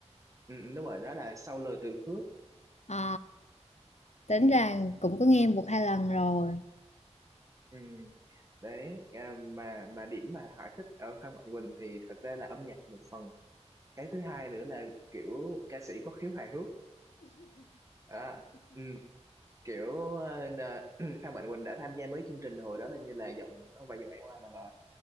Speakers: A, on the right (about 30°); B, on the left (about 75°).
A: ừ, ừ, đúng rồi đó là sau lời từ khước
B: Ờ, tính
A: ừ.
B: ra cũng có nghe một hai lần rồi
A: Ừ. Đấy à, mà mà điểm mà Hải thích ở Phan Mạnh Quỳnh thì thật ra là âm nhạc một phần cái thứ hai nữa là kiểu ca sĩ có khiếu hài hước à, ừ, kiểu ờ, là- <clears throat> Phan Mạnh Quỳnh đã tham gia mấy chương trình hồi đó là như là giọng không phải giọng Ải Hoa mà là